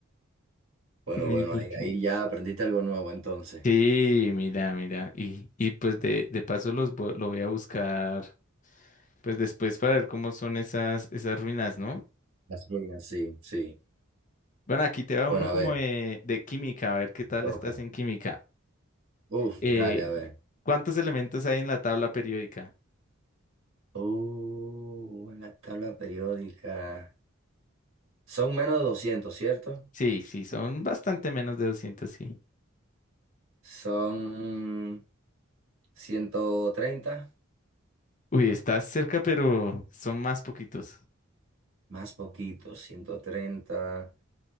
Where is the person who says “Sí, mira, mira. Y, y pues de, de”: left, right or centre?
Left